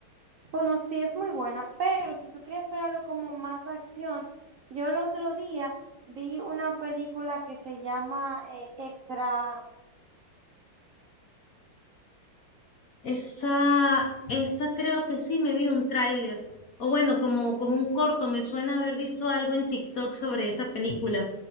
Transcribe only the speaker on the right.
Bueno, sí es muy buena, pero si tú quieres ver algo como más acción, yo el otro día vi una película que se llama eh, Extraterritorial.